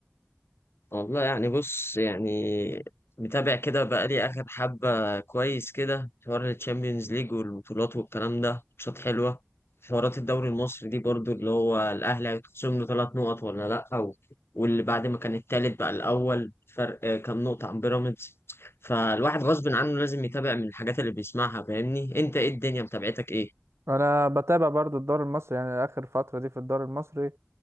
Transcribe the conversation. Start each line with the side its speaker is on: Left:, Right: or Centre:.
Left: والله يعني بص يعني متابع كده بقالي آخر حبة كويس كده في حوار الشامبيونز ليج والبطولات والكلام ده ماتشات حلوة في حوارات الدوري المصري دي برضو اللي هو الأهلي هيتخصم له ثلاث نقط ولا لأ أو واللي بعد ما كان التالت بقى الأول فرق آه، كام نقطة عن بيراميدز فالواحد غصب عنه لازم يتابع من الحاجات اللي بيسمعها فاهمني أنت إيه الدنيا متابعتك إيه؟
Right: انا بتابع برضو الدوري المصري يعني اخر فتره دي في الدوري المصري